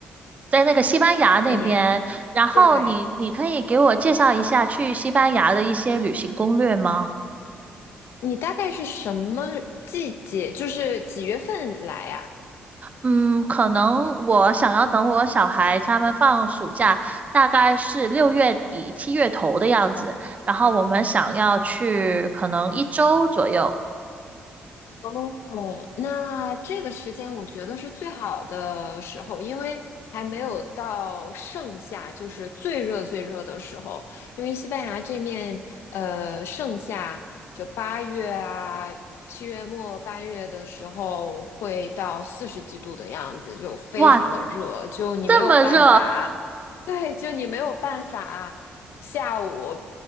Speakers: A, on the right; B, on the left.
A: 在那个西班牙那边，
B: 哎呀，
A: 然后你你可以给我介绍一下去西班牙的一些旅行攻略吗？
B: 对，你大概是什么季节，就是几月份来呀？
A: 嗯，可能我想要等我小孩他们放暑假，大概是六月底七月头的样子，然后我们想要去可能一周左右。
B: 哦，那这个时间我觉得是最好的时候，因为还没有到盛夏，就是最热最热的时候。因为西班牙这面，呃，盛夏就八月啊，七月末八月的时候会到四十几度的样子，就非常的热，
A: 哇，
B: 就你没有办法啊，
A: 这么热，
B: <laughs> 对，就你没有办法。下午，